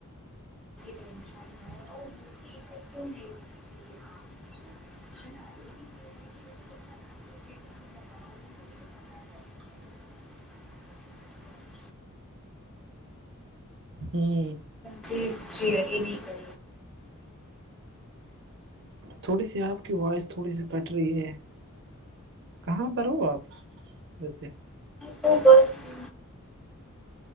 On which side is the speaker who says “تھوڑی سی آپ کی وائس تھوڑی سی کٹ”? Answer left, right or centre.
Right